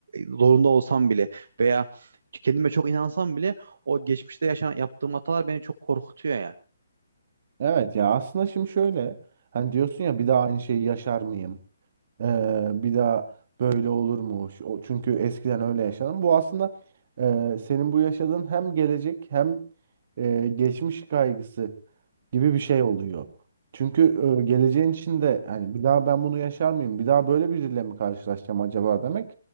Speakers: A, on the right; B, on the right.
A: Zorunda olsam bile. Veya kendime çok inansam bile o geçmişte yaşanan yaptığım hatalar beni çok korkutuyor ya.
B: Evet ya aslında şimdi şöyle hani diyorsun ya bir daha aynı şeyi yaşar mıyım? Ee, bir daha böyle olur mu? Şu- o- Çünkü eskiden öyle yaşadım. Bu aslında e, senin bu yaşadığın hem gelecek hem e, geçmiş kaygısı gibi bir şey oluyor. Çünkü e, geleceğin içinde hani bir daha ben bunu yaşar mıyım? Bir daha böyle biriyle mi karşılaşacağım acaba demek.